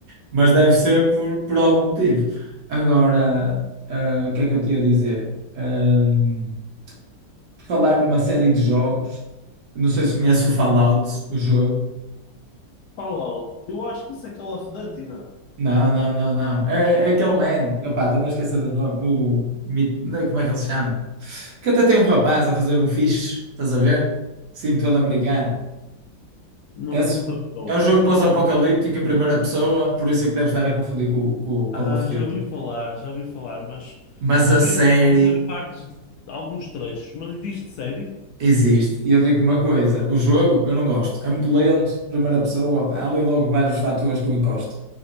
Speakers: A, on the right; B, on the left.
A: Mas deve ser por, por algum motivo. Agora, ah, o que é que eu te ia dizer? Ahm, por falar numa série de jogos. Não sei se conhece o Fallout, o jogo.
B: Fala Eu acho que isso é Call of Duty, não? é?
A: Não, não, não, não. É, é aquele man. Opá, estou a esquecer do nome. O, mit- não, é, como é que ele se chama? Que até tem um rapaz a fazer um fixe, estás a ver? Sim, todo americano.
B: Não,
A: Esse-
B: não estou a ver qual
A: é um
B: é.
A: jogo pós-apocalíptico
B: Então,
A: em primeira pessoa, por isso é que deve estar a confundir com, o- com o Call
B: Ah,
A: of
B: já
A: Duty.
B: ouvi falar, já ouvi falar, mas
A: Mas
B: só
A: a
B: vi
A: série
B: aqui algumas partes, alguns trechos. Mas existe série?
A: existe. E eu digo uma coisa: o jogo eu não gosto. É muito lento, primeira pessoa. pá, Há ali logo vários fatores que eu encosto.